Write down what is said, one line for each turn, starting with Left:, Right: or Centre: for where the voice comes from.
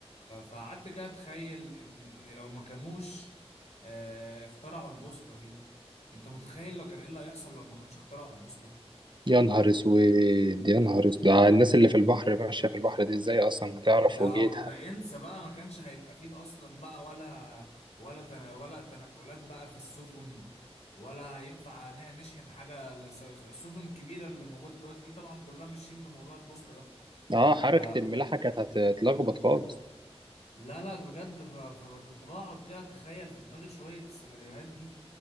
Left: فقعدت كده اتخيل ان ان لو ما كانوش آه، اخترعوا البوصلة دي انت متخيل لو كان ايه اللي هيحصل لو ما كانوش اخترعوا البوصلة؟
Right: يا نهار اسود يا نهار اسود آه، الناس اللي في البحر ماشيه في البحر دي ازاي اصلا هتعرف
Left: ده
Right: وجهتها
Left: ده انسى بقى ما كانش هيبقى فيه اصلا بقى ولا ولا تنا ولا تنقلات بقى في السفن ولا هينفع ن- نشحن حاجه لس- السفن الكبيره اللي موجوده دلوقتي دي طبعا كلها ماشيين بموضوع البوصله ده
Right: اه حركه
Left: فلا
Right: الملاحه كانت هتتلخبط خالص
Left: لا لا بجد ف- فكنت بقعد كده اتخيل في دماغي شويه السيناريوهات دي